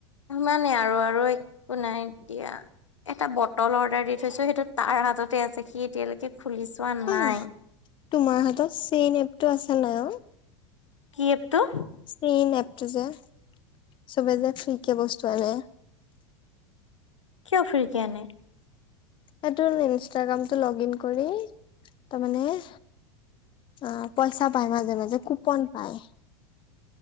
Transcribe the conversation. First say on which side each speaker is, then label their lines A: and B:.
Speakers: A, on the left; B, on the left.
A: ইমানে আৰু আৰু আৰু একো নাই দিয়া! এটা বটল অৰ্ডাৰ দি থৈছো সেইটো তাৰ হাততে আছে সি এতিয়ালৈকে খুলি চোৱা
B: আহ
A: নাই!
B: তোমাৰ হাতত চিইন এপটো আছে নাই ঔ-
A: কি এপটো-
B: চিইন এপটো যে চবে যে ফ্ৰীকে বস্তু আনে!
A: কিয় ফ্ৰীকে আনে-
B: এইটোত ইনষ্টাগ্ৰামটো লগ ইন কৰি তাৰমানে- অঁ পইচা পায় মাজে মাজে কুপন পায়!